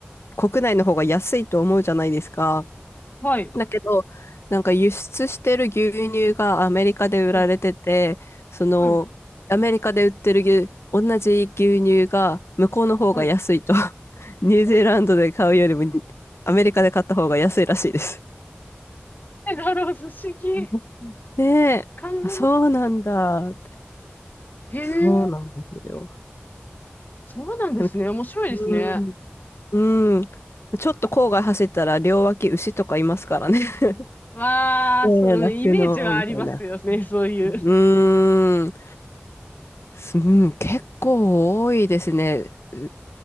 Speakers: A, on the left; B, on the left.
A: 国内の方が安いと思うじゃないですか。
B: はい。
A: だけど、なんか輸出してる牛乳がアメリカで売られてて、
B: うん。
A: その、
B: うん。
A: アメリカで売ってる牛、同じ牛乳が向こうの方が安いと。
B: はい。
A: <laughs> ニュージーランドで買うよりも、
B: え、
A: アメリカで買った方が安いらしいです。
B: えなるほど、不思議。
A: <laughs> ねえ。
B: かんね
A: あそうなんだ。
B: え。へえ。
A: そうなんですよ。
B: そうなんですね。
A: でも、
B: 面白いですね。
A: うん、うん。ちょっと郊外走ったら両脇牛とかいますからね。<laughs>
B: わあ、
A: ねえ酪農みたいな。
B: そのイメージはありますよね、<laughs> そういう。
A: うーん、すうん、結構多いですね。う